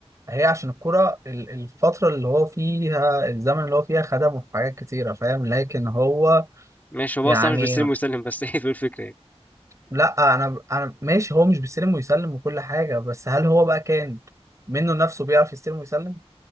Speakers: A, on the right (about 30°); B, on the left (about 15°).
A: هي عشان الكرة ال- الفترة اللي هو فيها الزمن اللي هو فيها خدمه في حاجات كتيرة فاهم لكن هو
B: ماشي هو
A: يعني
B: بقى صح مش بيستلم ويسلم بس <laughs> هي دي الفكره يعني
A: لا أنا أنا ماشي هو مش بيستلم ويسلم وكل حاجة بس هل هو بقى كان منه نفسه بيعرف يستلم ويسلم